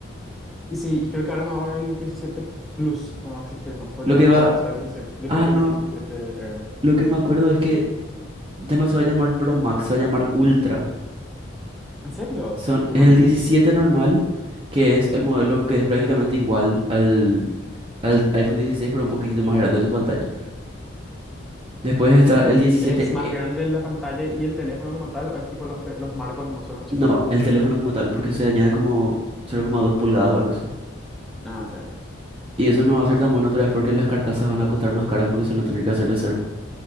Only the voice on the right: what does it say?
Lo
que va,
ah,
no,
lo que me acuerdo es que ya no se va a llamar Pro Max, se va a llamar Ultra.
Son,
es
el 17 normal, que es el modelo que es prácticamente igual al, al iPhone 16, pero un poquitito más grande su pantalla. Después está el 17
No, el teléfono como tal, porque se añade como 0,2 pulgadas o algo así.
Y eso no va a ser tan bueno otra vez porque las carcasas van a costar más caras porque se van a tener que hacer de cero.